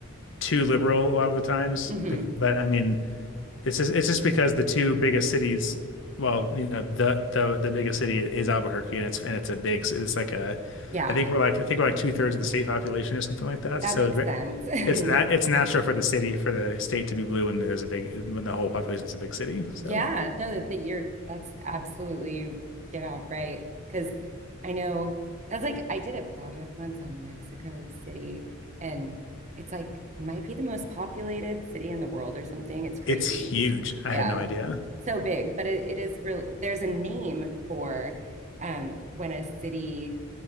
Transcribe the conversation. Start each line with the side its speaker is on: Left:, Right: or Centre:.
Left: too liberal a lot of the times.
Right: hmm
Left: Bec- But I mean, it's just it's just because the two biggest cities, well, you know, the the the biggest city is Albuquerque, and it's and it's a big, it's like a,
Right: Yeah,
Left: I think we're like I think we're like two thirds of the state population or something like that.
Right: that
Left: So
Right: makes
Left: it's very,
Right: sense. <laughs> Yeah.
Left: it's not it's natural for the city for the state to be blue when there's a big when the whole population's a big city. So
Right: Yeah, no, that, that you're that's absolutely yeah, right. Because I know that's like I did a project once on Mexico City, and it's like it might be the most populated city in the world or something. It's crazy.
Left: it's huge. I
Right: Yeah.
Left: had no idea.
Right: So big, but it, it is real. There's a name for um when a city